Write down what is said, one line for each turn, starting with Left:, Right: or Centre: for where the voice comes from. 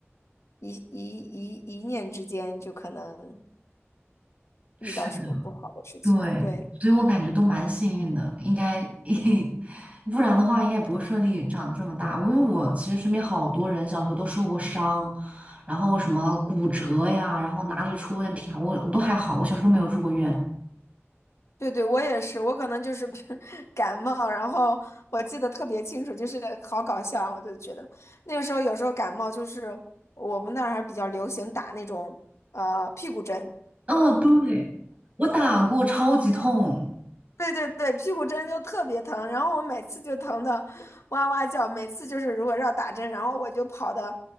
Left: 一一一一念之间就可能
Right: 是。
Left: 遇到什么不好的事情，
Right: 对，
Left: 对。
Right: 所以我感觉都蛮幸运的，应该，<laughs> 不然的话应该也不会顺利长这么大。因为我其实身边好多人小时候都受过伤，然后什么骨折呀，然后哪里出问题啊，我我都还好，我小时候都没有住过院。
Left: 对对，我也是，我可能就是比如 <laughs> 感冒，然后我记得特别清楚，就是好搞笑啊，我就觉得那个时候有时候感冒就是我们那儿还比较流行打那种呃屁股针，
Right: 嗯，对，我打过，超级痛。
Left: 对对对，屁股针就特别疼，然后我每次就疼的哇哇叫，每次就是如果要打针，然后我就跑的，